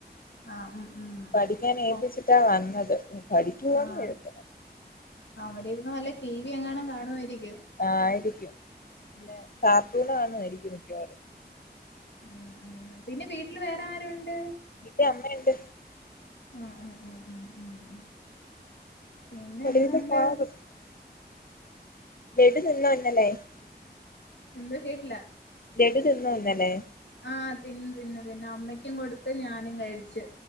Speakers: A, on the left; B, on the left.
A: ആഹ് ഉം ഉം
B: പഠിക്കാൻ
A: പ്പം
B: ഏൽപ്പിച്ചിട്ടാ വന്നത് പഠിക്കുവോന്ന്
A: ആഹ്
B: അറിയത്തില്ല
A: അവിടെ ഇരുന്ന് വല്ല ടി വി എങ്ങാണം കാണുമായിരിക്കും
B: ആഹ് ആയിരിക്കും പിന്നെ കാർട്ടൂൺ കണയിരിക്കും മിക്കവാറും
A: ഉം ഉം പിന്നെ വീട്ടിൽ വേറെ ആരുണ്ട്
B: ഇന്റെ അമ്മ ഇണ്ട്
A: ആഹ് ആഹ് ആഹ് ഉം ഉം പിന്നെ
B: <unintelligible>
A: എന്തോ ഉണ്ട്
B: ഇന്നല്ലേ
A: എന്ത് കേട്ടില്ല
B: ലെഡു തിന്നോ ഇന്നല്ലേ
A: ആഹ് തിന്ന് തിന്ന് തിന്ന് അമ്മയ്ക്കും കൊടുത്ത് ഞാനും കഴിച്ച്